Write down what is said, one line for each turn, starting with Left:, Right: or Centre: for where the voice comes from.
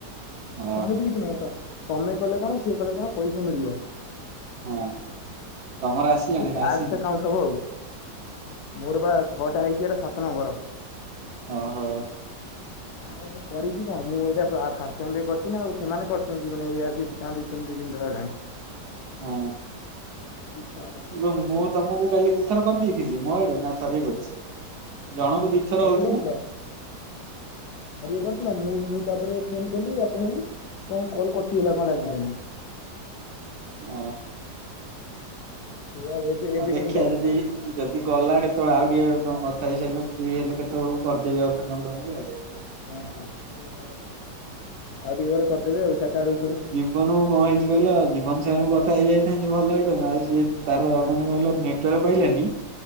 Right: ହଁ
Left: ସେମିତି
Right: ହଁ
Left: କିଛି ନାହିଁ ତ ତମେ କଲେ କଣ ସିଏ କଲେ କଣ ପଇସା ମିଳିବ।
Right: ହଁ ତମର ଆସିଲାଣି
Left: ଟାସ୍କ
Right: ନା ଆସିନି
Left: ଟା କାଉଣ୍ଟ ହବ ଆଉ ମୋର ବା ଛଅଟା ହେଇଛି ଏଟା ସାତ ନମ୍ବର।
Right: ଅ ହୋ।
Left: ନାଁ ମୁଁ କରିଛି ତ ମୁଁ ଏଇଟା ଫାଷ୍ଟ ଟାଇମରେ କରିଛି ନା ଆଉ ସେମାନେ କରିଛନ୍ତି ଜଉ ମାନେ <unintelligible> ତା ଭିତରୁ ଦି ତିନି ଥର ହେଲାଣି।
Right: ହଁ
Left: ହରିଏ
Right: ଏବେ ମୁଁ ତମକୁ କାଲି ଦି ଥର କରିଦେଇଥିଲି ମୋ ଆଡୁ ନା ଥରିଏ କରିଛି। ଜଣକୁ ଦିଥର
Left: ଥରିଏ
Right: ହଉଛି
Left: କରିଥିଲ।
Right: ନା
Left: ଥରିଏ କରିଥିଲ ମୁଁ ମୁଁ ତାପରେ ଫୋନ କଲି ଆପଣଙ୍କୁ କଣ କଲ କଟିଗଲା କଣ ଲାଗିଲାନି।
Right: ଅ।
Left: <inaudible>
Right: ଆ ଦେଖିବା
Left: ଲାଗିଛି।
Right: ଯଦି। ଯଦି ଗଲା କେତେବେଳେ ଆଉ ଟିକେ ତମ କଥା ହେଇସାରିଲେ ଫ୍ରି ହେଲେ କେତେବେଳକୁ କରିଦେବି ଆଉଥରେ ନହେଲେ ତମକୁ।
Left: ଆଉ ଟିକେ ଗଲେ କରିଦେବି ଆଉ ଚାରିଟା ବେଳକୁ ଫୁଣି।
Right: ଜୀବନ କଣ ହେଇଛି କହିଲ ଜୀବନ ସାଙ୍ଗେ କଥା ହେଇଯାଇଥାନ୍ତି ଭଲ ହେଇଥାତା ଆଉ ସିଏ ତାର
Left: ହଁ
Right: ମାନେ କହିଲ ନେ ନେଟୱାର୍କ ପାଇଲାଣି